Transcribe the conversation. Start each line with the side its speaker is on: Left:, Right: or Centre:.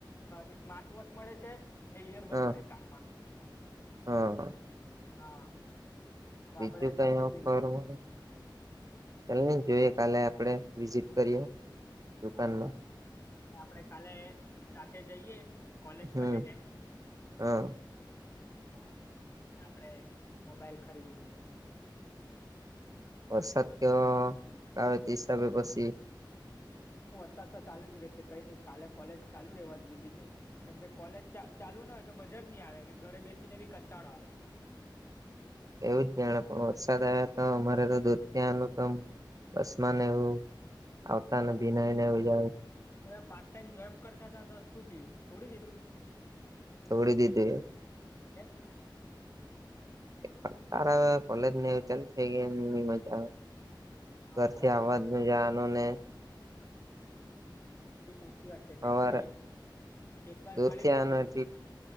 Left: એક સ્માર્ટ વોચ મળે છે. ને ઈયરબટ
Right: હા
Left: મળે કાનમાંનું,
Right: હા
Left: હા. તો
Right: બીજું
Left: આપડે
Right: કઈ
Left: ત્યાંથી
Right: ઓફર
Left: જ લઈએ
Right: હોય. ચાલની જોઈએ કાલે આપડે વિઝિટ કરીએ. દુકાનમાં
Left: હા, આપડે કાલે સાથે જઈએ. કોલેજ
Right: હમ
Left: પટે તેમ.
Right: હા
Left: હા, અને આપડે મોબાઈલ ખરીદી લીએ.
Right: વરસાદ કે કાવતી હિસાબે બસી.
Left: વરસાદ તો ચાલુ જ રહેશે. કઈ નઈ કાલે કોલેજ ચાલુ રહેવા જોઈએ બીજું. કેમ કે કોલેજ ચાલુ ના હોય તો મજાજ નહી. આવે કે ઘરે બેસીને બી કંટાળો આવે.
Right: એવું જ જાણે પણ વરસાદ આવ્યા. તો અમારે તો દૂર ત્યાનું કમ બસમાંને એવું. આવતાને
Left: તમે
Right: ભીનય
Left: પેલું
Right: ન જાય.
Left: તમે પાર્ટ ટાઈમ જોબ કરતા હતા, તો શું થીયું છોડી દીધું?
Right: છોડી દીધે.
Left: કેમ?
Right: પણ તારા હ કોલેજ ને ચાલ થઈ ગયા. એની મજા આવે.
Left: હા
Right: ઘરથી
Left: સાચી
Right: અવાજનુ
Left: વાત
Right: જાવાનું ને.
Left: એ બી સાચી વાત છે,
Right: સવારે
Left: કેમ કે ઈ એક વાર
Right: દૂરથી
Left: ભણી લેવ્વાનું
Right: આવવાનું
Left: હોય,